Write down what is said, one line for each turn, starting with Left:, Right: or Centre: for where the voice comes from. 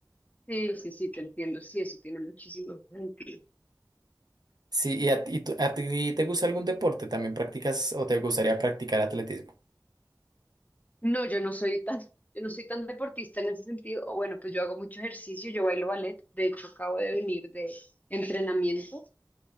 Left: Sí, sí, sí, te entiendo. Sí, eso tiene muchísimo sentido.
Right: Sí, ¿y a, ti tú- a ti te gusta algún deporte? ¿También practicas o te gustaría practicar atletismo?
Left: No, yo no soy tan, <laughs> yo no soy tan deportista en ese sentido. O bueno, pues yo hago mucho ejercicio, yo bailo ballet. De hecho, acabo de venir de entrenamiento